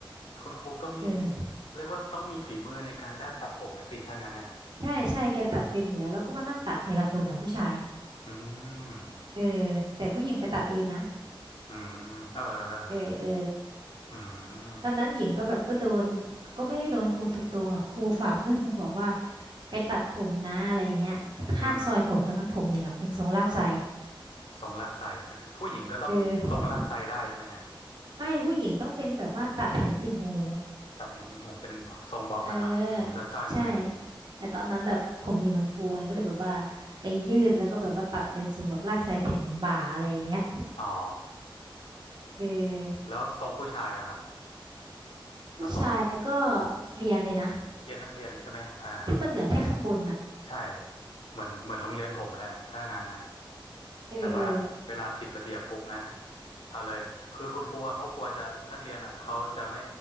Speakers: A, on the left; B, on the right.
A: คุณครูก็มี
B: เออ
A: เรียกว่าต้องมีฝีมือในการด้านตัดผมนะสิถ้างั้นนะ
B: ใช่ใช่แกตัดเป็นอยู่แล้วแล้วก็มานั่งตัดทีละคนนะผู้ชายอ่ะ
A: อืม
B: เออแต่ผู้หญิงไปตัดเองนะ
A: อืมเออ
B: เออเออ
A: อืม
B: ตอนนั้นหญิงก็แบบก็โดนก็ไม่ได้โดนครูตรงๆหรอกครูฝากเพื่อนมาบอกว่าไปตัดผมนะอะไรอย่างเงี้ยห้ามซอยผมตอนนั้นผมหญิงอะเป็นทรงลากไส
A: อืมทรงลากไส้ใช่ไหมผู้หญิงก็ต้องทรงลากไส้ได้ใช่ไหมฮะ
B: เออไม่ผู้หญิงต้องเป็นแบบว่าตัดเห็นติ่งหู
A: ตัดเห็นหนึ่งหูเป็นทรงบ๊อบอะเนาะผมสั้นๆอะไรอย่างเงี้ย
B: เออใช่แต่ตอนนั้นแบบผมหญิงมันฟูไงก็เลยแบบว่าไปยืดแล้วก็แบบว่าตัดเป็นทรงแบบลากไสถึงบ่าอะไรอย่างเงี้ย
A: อ๋อ
B: เออ
A: แล้วทรงผู้ชายล่ะครับ
B: ผู้ชายก็
A: ก็ทรง
B: เกรียนเลยนะ
A: เกรียนนักเรียนใช่ไหมอ่า
B: ที่มันเหลือแค่ข้างบนน่ะ
A: ใช่เหมือนเหมือนโรงเรียนผมแหละถ้างั้นนะ
B: เออเออ
A: แต่ว่าเวลาผิดระเบียบปุ๊บนะเอาเลยคือคุณครูอะเขากลัวจะนักเรียนอ่ะเขาจะไม่